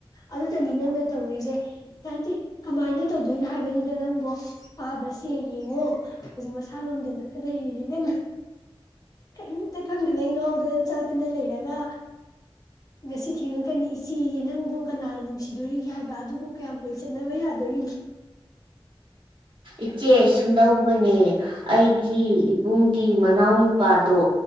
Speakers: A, on the left; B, on the right.
A: ꯑꯗꯨꯇꯅꯤ ꯅꯪꯅ ꯇꯧꯔꯤꯖꯦ ꯅꯠꯇꯦ ꯀꯃꯥꯏꯅ ꯇꯧꯗꯣꯏꯅꯣ ꯍꯥꯏꯕꯅꯤꯗꯥ ꯅꯪꯕꯣ ꯄꯚꯥ ꯁꯦ ꯌꯦꯡꯉꯣ ꯍꯧꯖꯤꯛꯃꯛ ꯈꯥꯡꯉꯝꯗꯗꯅꯥ ꯂꯩꯔꯤꯅꯤꯅꯦ ꯅꯪ ꯀꯩꯏꯝꯇ ꯈꯪꯗꯅꯥ ꯑꯩ ꯉꯥꯎꯗꯅꯥ ꯆꯥꯛꯇꯅꯥ ꯂꯩꯔꯒ ꯉꯁꯤ ꯊꯦꯡꯉꯛꯀꯅꯤ ꯏꯆꯦ ꯌꯦ ꯅꯪꯕꯨ ꯀꯅꯥꯅ ꯅꯨꯡꯁꯤꯗꯣꯔꯤꯒꯦ ꯍꯥꯏꯕ <unintelligible> ꯀꯌꯥꯝ ꯀꯨꯏꯅ ꯆꯠꯅꯕ ꯌꯥꯗꯧꯔꯤꯒꯦ
B: ꯏꯆꯦ ꯁꯨꯝꯗꯧꯕꯅꯦ ꯑꯩꯒꯤ ꯏꯕꯨꯡꯒꯤ ꯃꯅꯥꯎꯅꯨꯄꯥꯗꯣ